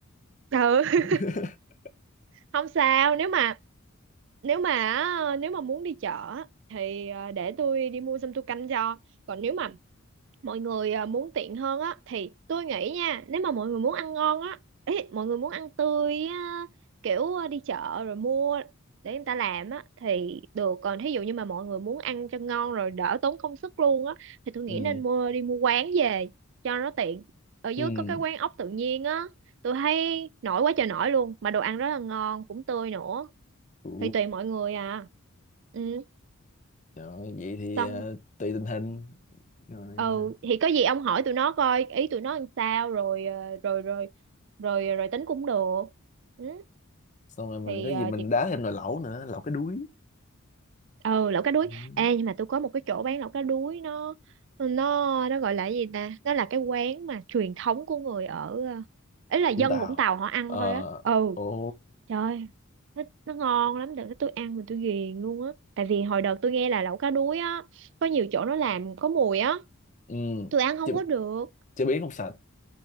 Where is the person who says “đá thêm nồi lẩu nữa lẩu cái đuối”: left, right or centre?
Left